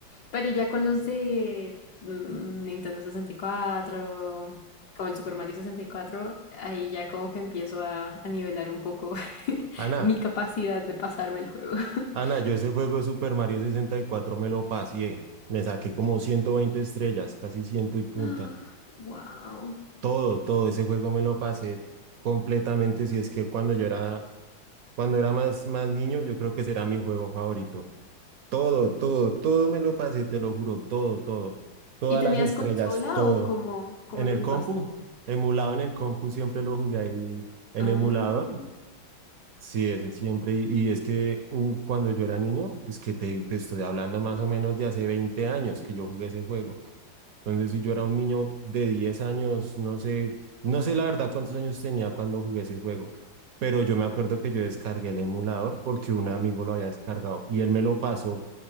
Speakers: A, on the left; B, on the right.
A: Pero ya con los de mm, Nintendo 64, como el Super Mario 64, ahí ya como que empiezo a, a nivelar un poco <laughs>
B: Ana,
A: mi capacidad de pasarme el juego. <laughs>
B: Ana, yo ese juego de Super Mario sesenta y cuatro me lo pasé. Me saqué como 120 estrellas, casi ciento y punta.
A: Ah, wow.
B: Todo, todo ese juego me lo pasé completamente. Si es que cuando yo era, cuando era más, más niño, yo creo que será mi juego favorito. Todo, todo, todo me lo pasé, te lo juro, todo, todo. Todas
A: ¿Y tenías
B: las estrellas,
A: consola
B: todo.
A: o cómo, cómo
B: En
A: lo
B: el
A: jugaste?
B: compu, emulado en el compu, siempre lo jugué ahí en
A: Ah,
B: emulador. Sí, ese siempre. Y, y es que uh, cuando yo era niño, pues que te, te estoy hablando más o menos de hace 20 años que yo jugué ese juego. Entonces, si yo era un niño de 10 años, no sé, no sé la verdad cuántos años tenía cuando jugué ese juego. Pero yo me acuerdo que yo descargué el emulador porque un amigo lo había descargado y él me lo pasó